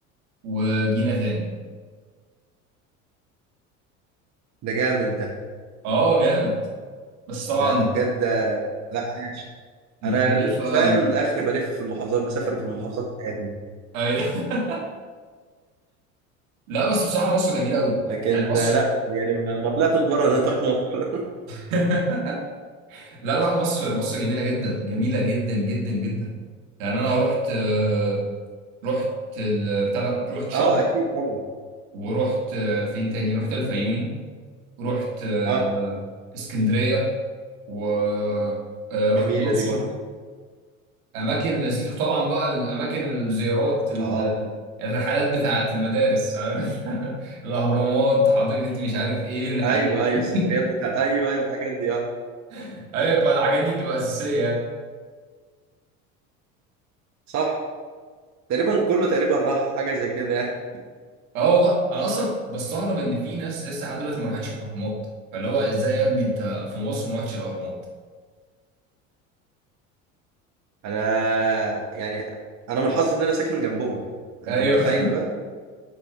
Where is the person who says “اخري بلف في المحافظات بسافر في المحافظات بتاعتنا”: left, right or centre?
Right